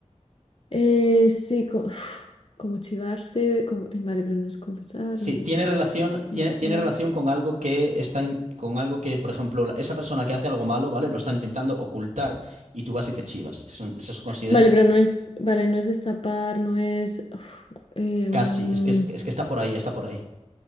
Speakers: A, on the left; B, on the right.
A: Eh, sí, co- uf, como chivarse, como- eh, vale, pero no es confesar,
B: Sí,
A: no es
B: tiene relación,
A: denunciar.
B: tiene, tiene relación con algo que está, in- con algo que, por ejemplo, la- esa persona que hace algo malo, ¿vale? Lo está intentando ocultar y tú vas y te chivas. Eso, eso se considera
A: Vale, pero no es, vale, no es destapar, no es... uf, eh,
B: casi,
A: mm,
B: es que, es, es que está por ahí, está por ahí.